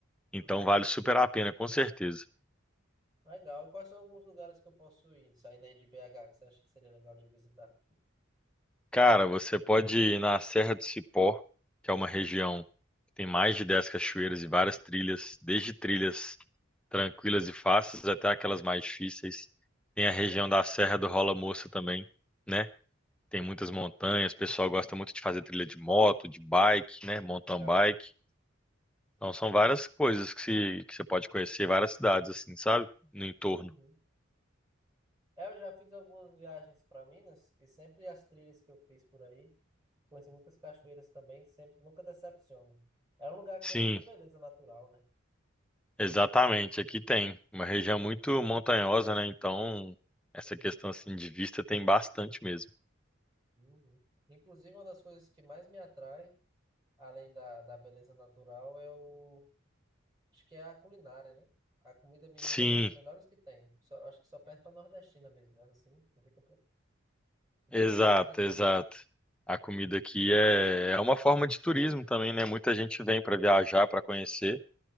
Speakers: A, in the centre; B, on the right.
A: Então,
B: uhum.
A: vale super a pena, com certeza.
B: Legal. E quais são alguns lugares que eu posso ir, saindo aí de BH, que você acha que seria legal de visitar?
A: Cara, você pode ir na Serra do Cipó, que é uma região que tem mais de 10 cachoeiras e várias trilhas, desde trilhas tranquilas e fáceis até aquelas mais difíceis. Tem
B: Aham,
A: a região da Serra do Rola Moça também, né?
B: uhum,
A: Tem muitas montanhas, o pessoal gosta muito de fazer trilha de moto, de bike, né? Mountain
B: legal.
A: bike. Então são várias coisas que, se, que você pode conhecer, várias cidades assim, sabe? No entorno.
B: Uhum. É, eu já fiz algumas viagens para Minas e sempre as trilhas que eu fiz por aí, conheci muitas cachoeiras também, sempre nunca decepciono. É um lugar que
A: Sim,
B: tem muita beleza natural, né?
A: Exatamente, aqui tem uma região muito montanhosa, né? Então, essa questão assim de vista tem bastante mesmo.
B: Uhum. Inclusive, uma das coisas que mais me atrai, além da, da beleza natural, é o, acho que é a culinária, né? A comida mineira
A: Sim,
B: é uma das melhores que tem. Só, acho que só perde para nordestina mesmo, mas assim, não fica Não
A: exato,
B: fica pra trás, não.
A: exato. A comida aqui é, é uma forma de turismo também, né? Muita gente vem para viajar, para conhecer.